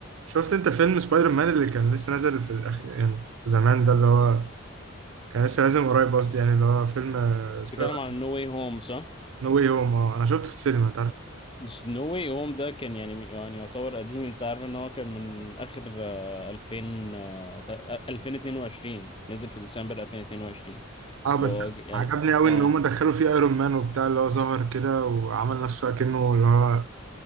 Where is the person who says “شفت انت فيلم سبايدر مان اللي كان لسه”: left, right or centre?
Right